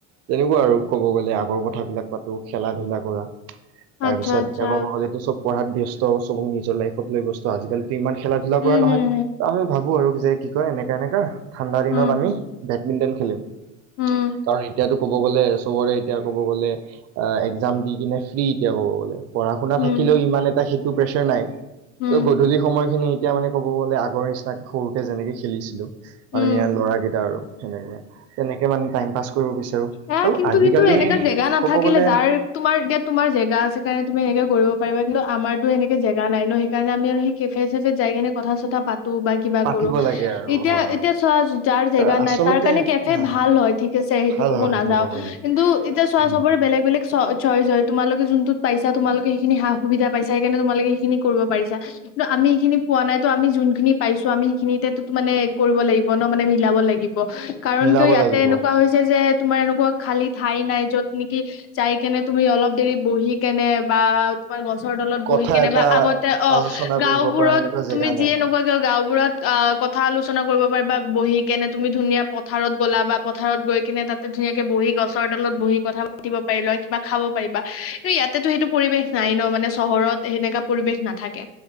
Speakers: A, on the right; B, on the left.
A: তেনেকুৱা আৰু ক'ব গলে আগৰ কথা বিলাক পাতো খেলা ধূলা কৰা তাৰ
B: আচ্ছা,
A: পিছত
B: আচ্ছা,
A: এতিয়া ক'ব গলেতো চব পঢ়াত ব্যস্ত চবক নিজৰ লাইফক লৈ ব্যস্ত আজিকালি ইমান খেলা ধূলা
B: উম,
A: কৰা নহয় ত আমি ভাবো আৰু যে কি কয় এনেকা-এনেকা ঠাণ্ডা দিনত
B: উম,
A: আমি বেডমিণ্টন খেলিম
B: উম,
A: কাৰণ এতিয়াতো ক'ব গ'লে চবৰে এতিয়া ক'ব গ'লে এক্সাম দি কিনে ফ্ৰী এতিয়া ক'ব গ'লে পঢ়া শুনা
B: উম,
A: থাকিলেও ইমান এটা সি তোৰ প্ৰেছাৰ নাই।
B: উম, উম,
A: চ' গধূলি সময়খিনি এতিয়া মানে ক'ব গ'লে আগ নিচিনাকে সৰুতে যেনেকে খেলিছিলোঁ মানে
B: উম,
A: ইয়াৰ ল'ৰাকেইটা আৰু <unintelligible> তেনেকে মানে টাইম পাছ কৰিব বিচাৰো
B: এয়া
A: আৰু
B: কিন্তু-কিন্তু
A: আজিকালি
B: এনেকুৱা জেগা নাথাকিলে,
A: ক'ব গ'লে
B: যাৰ তোমাৰ যে তোমাৰ জেগা আছে কাৰণে তুমি এনেকে কৰিব পাৰিবা কিন্তু আমাৰটো এনেকা জেগ নাই ন' সেই কাৰণে আমি সেই কেফে চেফে যাই কেনে কথা চথা পাত ত' বা কিবা
A: পাতিব
B: কৰোঁ
A: লাগে আৰু
B: এতিয়া-এতিয়া
A: হা
B: চোৱা যাৰ জেগা
A: আৰু আচলতে
B: নাই তাৰ কাৰণে কেফে
A: হা
B: ভাল হয়, ঠিক আছে সেই
A: ভাল
B: টো ক'ব
A: হয়
B: নাযাও,
A: গ'লে
B: কিন্তু এতিয়া চোৱা
A: উম
B: চবৰে বেলেগ-বেলেগ চ চইজ হয়। তোমালোকে যোনটো পাইছা তোমালোকে সেইখিনি সা সুবিধা পাইছা সেইকাৰণে তোমালোকে সেইখিনি কৰিব পাৰিছা, কিন্তু আমি সেইখিনি পোৱা নাই তো আমি যোন খিনি পাইছো, আমি সেইখিনিতেো মানে কৰিব লাগিব ন মানে মিলাব লাগি ব, কাৰণ
A: মিলাব
B: কিয় ইয়াতে
A: লাগিব
B: এনেকুৱা হৈছে যে তোমাৰ এনেকুৱা খালী ঠাই নাই যত নেকি যাই কেনে তুমি অলপ দেৰি বহি কেনে বা তোমাৰ গছৰ তলত বহি
A: কথা
B: কেনে
A: এটা
B: বা আগতে অ
A: আলোচনা
B: গাওবোৰত
A: কৰিব পৰা সেনেকুৱা
B: তুমি
A: জেগা
B: যি
A: নাই
B: এনেকুৱ কিয় গাওবোৰত অ কথা আলোচনা কৰিব পাৰি বা বহি কে এনে তুমি ধুনীয়া পথাৰত গ'লা বা পথাৰত গৈ কিনে তাত ধুনীয়াকে বহি গছৰডালত বহি কথা পাতিব পাৰি লয় বা খাব পাৰিবা কিন্তু ইয়াতেতো সেইটো পৰিবেশ নাই ন মানে চহৰত সেনেকা পৰিবেশ নাথাকে।